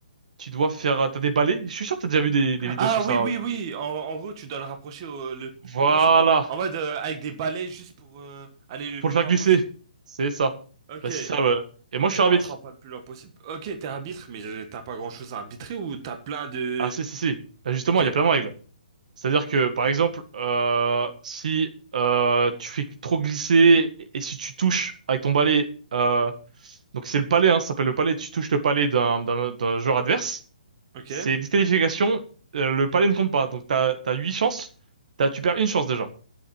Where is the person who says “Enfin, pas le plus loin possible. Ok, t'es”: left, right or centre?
Right